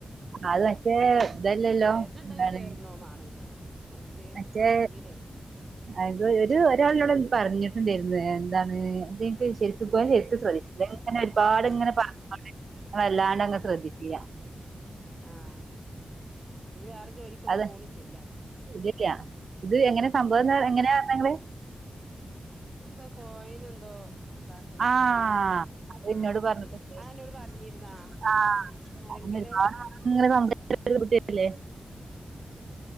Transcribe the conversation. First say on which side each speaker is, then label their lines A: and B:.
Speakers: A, on the right; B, on the right.
A: അത് മറ്റേ ഇതല്ലല്ലോ
B: <unintelligible> ചേര്ന്ണ്ടേ
A: എന്താണ്
B: ചേർന്നോ മാണങ്ങാ അൻക്ക്
A: മറ്റേ
B: മാണെങ്ങിലേ
A: അത് രു ഒരു ഒരാളിന്നോട് പറഞ്ഞിട്ടുണ്ടായ്രുന്ന് എന്താണ് ന്തേ <unintelligible>
B: പെൺകുട്ടി
A: ഇങ്ങനെ ഒരുപാട്ങ്ങനെ
B: അറിവിടല്ലേ
A: <inaudible> വല്ലാണ്ടങ് ശ്രദ്ധിച്ചീല്ല
B: ആഹ് ഇജ് വേറെ ജോലിക്കൊന്നും
A: അതെ
B: പോണില്ലല്ലേ
A: ല്ല ല്ല ഇത് എങ്ങനെ സംഭവം
B: ഉം
A: ന്ന എങ്ങനെർഞഹ് ങ്ങള്
B: തെന്താ കോയിനന്തോ ഇതാക്ണാ
A: ആ
B: ല്ലടീ
A: അത്
B: ആഹ്
A: ഇന്നോട് പറഞ്ഞിട്ടുണ്ട്
B: അഹ് അന്നോട് പറഞ്ഞിരുന്നാ
A: ആഹ്
B: ആരെങ്കിലു
A: ഇങ്ങനെ <unintelligible>